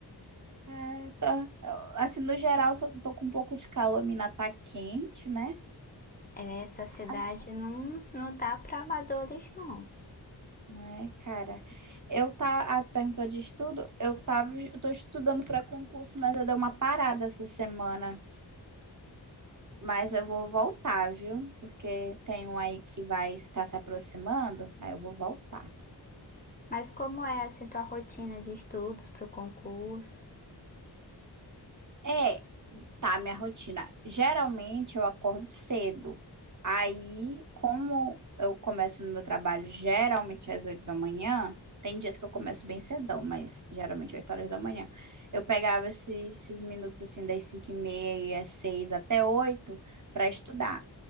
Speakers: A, on the right (about 45°); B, on the left (about 20°).
A: Ah, tô, eu- assim, no geral, só tô com um pouco de calor, mina tá quente, né?
B: É, Essa cidade
A: Ah,
B: não, não tá pra amadores, não.
A: Né, cara? Eu tá, ah, tu perguntou de estudo? Eu tava, eu tô estudando para concurso, mas eu dei uma parada essa semana. Mas eu vou voltar, viu? Porque tem um aí que vai estar se aproximando, aí eu vou voltar.
B: Mas como é, assim, tua rotina de estudos pro concurso?
A: É, tá, minha rotina. Geralmente eu acordo cedo. Aí, como eu começo no meu trabalho geralmente às 8 da manhã, tem dias que eu começo bem cedão, mas geralmente 8 horas da manhã. Eu pegava esses, esses minutos assim, das 5 e meia e às 6 até 8 para estudar.